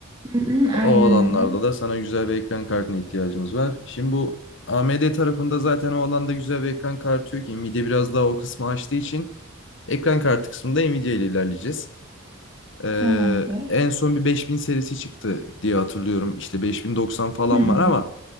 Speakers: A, on the right; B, on the left.
A: Hı hı, aynen
B: O alanlarda
A: öyle.
B: da sana güzel bir ekran kartına ihtiyacımız var. Şimdi bu AMD tarafında zaten o alanda güzel bir ekran kartı yok ki. Nvidia biraz daha o kısmı açtığı için Ekran kartı kısmında Nvidia ile ilerleyeceğiz. Ee,
A: Tamamdır.
B: en son bir 5000 serisi çıktı diye hatırlıyorum. İşte 5090 falan
A: Hı.
B: var ama